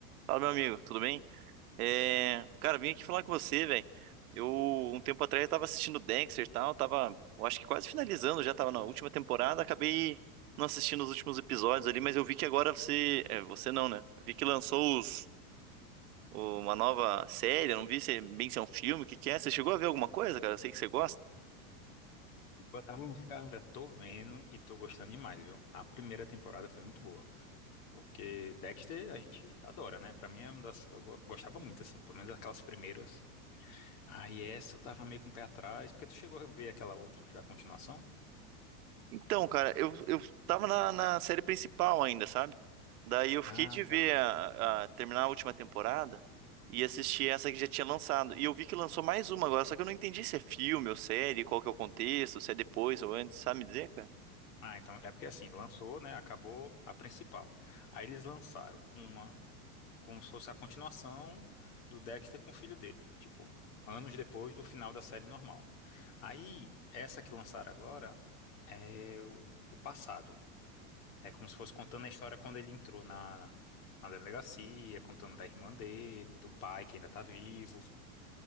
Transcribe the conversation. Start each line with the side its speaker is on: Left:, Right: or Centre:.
Right: Fala, meu amigo, tudo bem? É, Cara, vim aqui falar com você, velho. Eu, um tempo atrás, eu tava assistindo Dexter e tal, tava, eu acho que quase finalizando, já tava na última temporada, acabei não assistindo os últimos episódios ali, mas eu vi que agora você, é, você não, né? Eu vi que lançou os... o- uma nova série, eu não vi se é bem se é um filme, o que que é? Você chegou a ver alguma coisa, cara? Eu sei que você gosta.
Left: Boa tarde, cara. Tô vendo e tô gostando demais, viu? A primeira temporada foi muito boa, porque Dexter a gente adora, né? Pra mim é uma das... Eu go- gostava muito, assim, pelo menos daquelas primeiras. Ah, e essa eu tava meio com o pé atrás, porque tu chegou a ver aquela outra que foi a continuação?
Right: Então, cara, eu, eu tava na, na série principal ainda, sabe? Daí eu fiquei
Left: Ah,
Right: de ver
Left: tá.
Right: a, a- terminar a última temporada e assistir essa que já tinha lançado. E eu vi que lançou mais uma agora, só que eu não entendi se é filme ou série, qual que é o contexto, se é depois ou antes, sabe me dizer, cara?
Left: Ah, então é porque assim, lançou, né? Acabou a principal. Aí eles lançaram uma. como se fosse a continuação do Dexter com o filho dele, tipo, anos depois do final da série normal. Aí, essa que lançaram agora é o, o passado. É como se fosse contando a história quando ele entrou na, na delegacia, contando da irmã dele, do pai que ainda tá vivo.